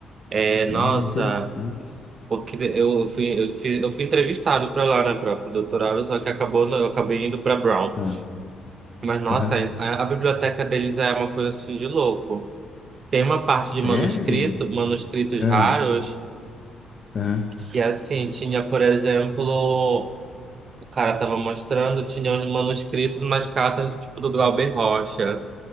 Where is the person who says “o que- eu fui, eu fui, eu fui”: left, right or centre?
Right